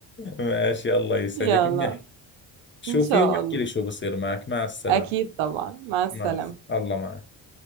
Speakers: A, on the left; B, on the right.
A: ماشي الله يسعدك
B: يلا
A: بنحكي شوفي
B: ان شاء
A: واحكي
B: الله
A: لي شو بصير معك مع السلامة
B: اكيد طبعا مع السلامة
A: مع الس- الله معك